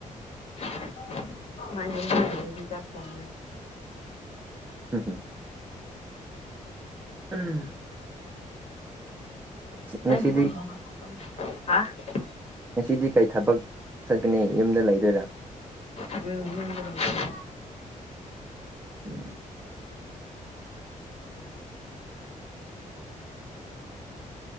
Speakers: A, on the left (about 45°); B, on the right (about 15°).
A: <unintelligible> ꯃꯥꯅꯤꯗꯤ ꯂꯩꯔꯗꯤ ꯆꯥꯛ ꯊꯣꯡꯉꯦ
B: ꯍꯨꯝ ꯍꯨꯃ ꯎꯝ
A: <unintelligible>
B: ꯉꯁꯤꯗꯤ ꯉꯁꯤꯗꯤ ꯀꯩ ꯊꯕꯛ ꯆꯠꯀꯅꯤ ꯌꯨꯝꯗ ꯂꯩꯗꯣꯏꯔꯥ
A: ꯎꯝ ꯌꯨꯝꯗ ꯂꯩꯗꯣꯏꯅꯦ
B: ꯎꯝ